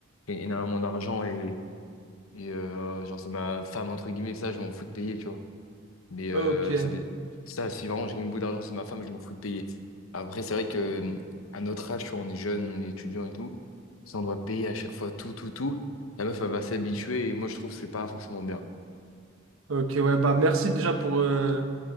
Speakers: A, on the left; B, on the right.
A: J'ai énormément d'argent et. et, euh, genre, c'est ma femme, entre guillemets, ça, je m'en fous de payer, tu vois. Mais
B: Ok,
A: euh, ça, dé- ça, si vraiment j'ai une bout d'argent, c'est ma femme, je m'en fous de payer. Après, c'est vrai que. euh, À notre âge, tu vois, on est jeune, on est étudiant et tout. Si on doit payer à chaque fois tout, tout, tout, la meuf, elle va s'habituer et moi, je trouve que c'est pas forcément bien.
B: ok, ouais, bah merci déjà pour, euh,